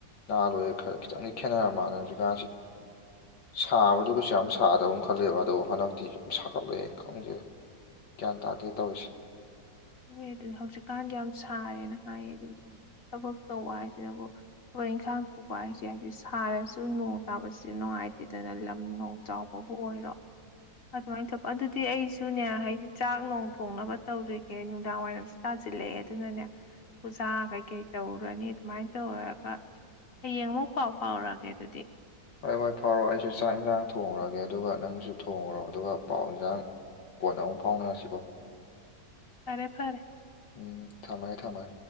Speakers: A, on the left; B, on the left.
A: ꯅꯍꯥꯟꯜꯣꯏꯔ ꯈꯔ ꯈꯤꯇꯪꯗꯤ ꯈꯦꯠꯅꯔꯝ ꯃꯥꯜꯂꯦ ꯍꯧꯖꯤꯛꯀꯥꯟꯁꯤꯦ
B: <inaudible>
A: ꯁꯥꯕꯗꯨꯒꯁꯨ ꯌꯥꯝ ꯁꯥꯗꯧꯅꯤ ꯈꯜꯂꯦꯕ ꯑꯗꯣ ꯍꯟꯗꯛꯇꯤ ꯌꯥꯝ ꯁꯥꯒꯠꯂꯛꯦ ꯈꯪꯗꯦ ꯒ꯭ꯌꯥꯟ ꯇꯥꯗꯦ ꯇꯧꯔꯤꯁꯦ
B: ꯍ ꯑꯗꯨꯅꯤ ꯍꯧꯖꯤꯛꯀꯥꯟꯗꯤ ꯌꯥꯝ ꯁꯥꯔꯦꯅ ꯍꯥꯏꯌꯦ ꯑꯗꯨꯅꯤ ꯊꯕꯛ ꯇꯧꯕ ꯍꯥꯏꯁꯤꯅꯕꯨ ꯊꯣꯏ ꯏꯟꯈꯥꯡ ꯊꯣꯛꯄ ꯍꯥꯏꯁꯦ ꯍꯥꯏꯕꯗꯤ ꯁꯥꯔꯁꯨ ꯅꯣꯡ ꯇꯥꯕꯁꯤꯗꯤ ꯅꯨꯡꯉꯥꯏꯇꯦꯗꯅ ꯂꯝ ꯅꯣꯡ ꯆꯥꯎꯕꯕꯨ ꯑꯣꯏꯔꯣ ꯑꯗꯨꯃꯥꯏꯅ ꯇꯧꯕ ꯑꯗꯨꯗꯤ ꯑꯩꯁꯨꯅꯦ ꯍꯥꯏꯗꯤ ꯆꯥꯛ ꯅꯣꯡ ꯊꯣꯡꯅꯕ ꯇꯧꯔꯤ ꯀ ꯅꯨꯡꯗꯥꯡ ꯋꯥꯏꯔꯝꯁꯨ ꯇꯥꯁꯤꯜꯂꯛꯑꯦ ꯑꯗꯨꯅꯅꯦ ꯄꯨꯖꯥ ꯀꯩꯀꯩ ꯇꯧꯔꯅꯤ ꯑꯗꯨꯃꯥꯏꯅ ꯇꯧꯔꯒ ꯍꯌꯦꯡ ꯑꯃꯨꯛ ꯐꯥꯎ ꯐꯥꯎꯔꯛꯑꯒꯦ ꯑꯗꯨꯗꯤ
A: ꯍꯣꯏ ꯍꯣꯏ ꯐꯥꯎꯔꯣ ꯑꯩꯁꯨ ꯆꯥꯛ ꯏꯟꯁꯥꯡ ꯊꯣꯡꯈꯨꯔꯒꯦ ꯑꯗꯨꯒ ꯅꯪꯁꯨ ꯊꯣꯡꯉꯨꯔꯣ ꯑꯗꯨꯒ ꯄꯥꯎ ꯏꯟꯁꯥꯡ ꯀꯣꯟꯅ ꯑꯃꯨꯛ ꯐꯥꯎꯅꯔꯁꯤꯀꯣ
B: ꯐꯔꯦ ꯐꯔꯦ
A: ꯎꯝ ꯊꯝꯃꯥꯏ ꯊꯝꯃꯥꯏ